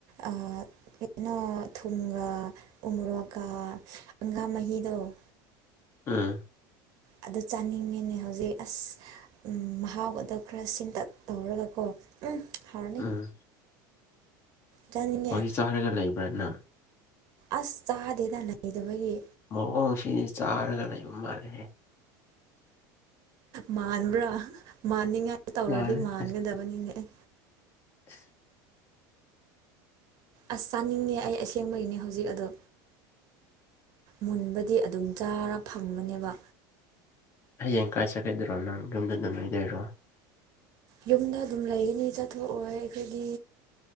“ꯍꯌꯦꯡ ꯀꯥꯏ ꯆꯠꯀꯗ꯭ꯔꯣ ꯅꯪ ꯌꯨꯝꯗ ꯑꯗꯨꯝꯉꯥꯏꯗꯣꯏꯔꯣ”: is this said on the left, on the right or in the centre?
Left